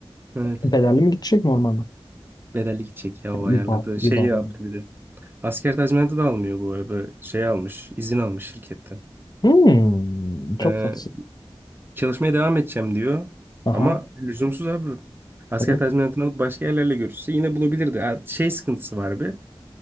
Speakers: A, on the right (about 20°); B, on the left (about 45°).
A: Evet.
B: Bedelli mi gidecek normal mi? Ha,
A: Bedelli gidecek ya o
B: İbar,
A: ayarladı. Şey
B: İbar.
A: yaptı
B: oyunu.
A: bir de. Asker tazminatı da almıyor bu arada. Şey almış, izin almış şirketten.
B: Hmm, çok
A: Ee,
B: tatsız.
A: çalışmaya devam edeceğim diyor.
B: Aha.
A: Ama lüzumsuz abi. Asker
B: Evet.
A: tazminatını alıp başka yerlerle görüşse yine bulabilirdi. Ha, Şey sıkıntısı var bir.